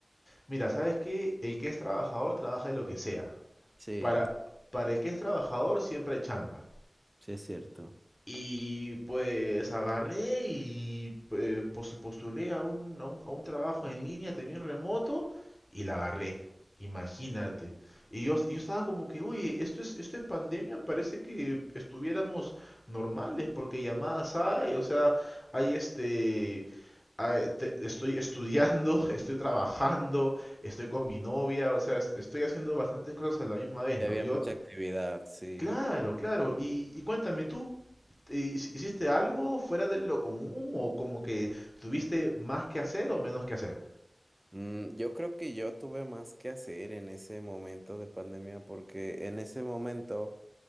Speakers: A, on the left (about 25°); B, on the right (about 20°).
A: mira, ¿sabes qué? El que es trabajador trabaja de lo que sea.
B: sí,
A: Para, para el que es trabajador siempre hay chamba.
B: sí es cierto.
A: Y pues agarré y eh, pos- postulé a un, a un, a un trabajo en línea también remoto y la agarré. Imagínate. Y yo, yo estaba como que, oye, esto es, esto es pandemia, parece que estuviéramos normales porque llamadas hay, o sea, hay este, hay- te- estoy estudiando, <laughs> estoy trabajando, estoy con mi novia, o sea, est- estoy haciendo bastantes cosas a la misma vez,
B: Sí,
A: ¿no?
B: había
A: Yo,
B: mucha actividad, sí.
A: claro, claro, y, y cuéntame tú. ¿Hici- ¿Hiciste algo fuera de lo común o como que tuviste más que hacer o menos que hacer?
B: Mm, yo creo que yo tuve más que hacer en ese momento de pandemia porque en ese momento